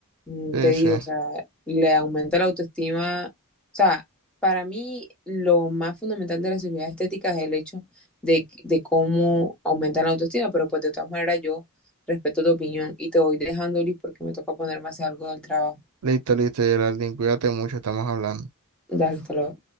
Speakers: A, in the centre; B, on the right.
A: mm,
B: Sí,
A: te digo,
B: sí.
A: o sea, le aumenta la autoestima. O sea, para mí lo más fundamental de la cirugía estética es el hecho de, que- de cómo aumenta la autoestima, pero pues de todas maneras yo respeto tu opinión y te voy dejando, Liz, porque me toca ponerme a hacer algo del trabajo.
B: Listo, listo, Geraldine, cuídate mucho, estamos hablando.
A: Dale, hasta luego.